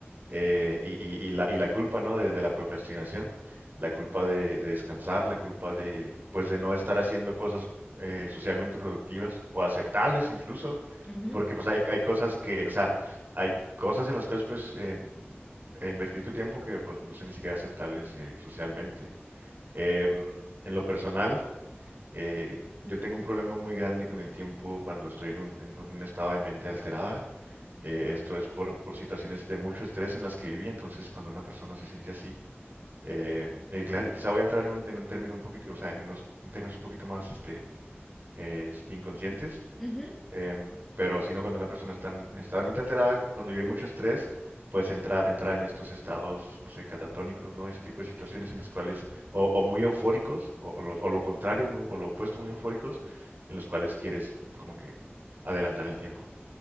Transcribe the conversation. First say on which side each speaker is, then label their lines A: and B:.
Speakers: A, on the right (about 45°); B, in the centre.
A: eh, y, y- y la, y la culpa, ¿no? De, de la procrastinación, la culpa de, de descansar, la culpa de, pues, de no estar haciendo cosas eh, socialmente productivas o aceptables incluso,
B: Ujú,
A: porque pues hay, hay cosas que, o sea, hay cosas en las cuales pues eh, eh, invertir tu tiempo que pues no son ni siquiera aceptables eh, socialmente. Em, en lo personal, eh, yo tengo un problema muy grande con el tiempo cuando estoy en un, en un estado de mente alterada. Eh,
B: Ajá.
A: esto es por, por situaciones de mucho estrés en las que viví. Entonces, cuando una persona se siente así, eh, eh, gla- quizá voy a entrar en un, en un término un poquito, o sea, en unos en términos un poquito más este, eh, inconscientes,
B: Ujú.
A: Em, pero sino cuando una persona está en- está realmente alterada, cuando vive mucho estrés, pues entra, entra en estos estados, no sé, catatónicos, ¿no? Ese tipo de situaciones en las cuales, o, o muy eufóricos, o, o lo, o lo contrario, muy, o lo opuesto, muy eufóricos, en los cuales quieres como que adelantar el tiempo.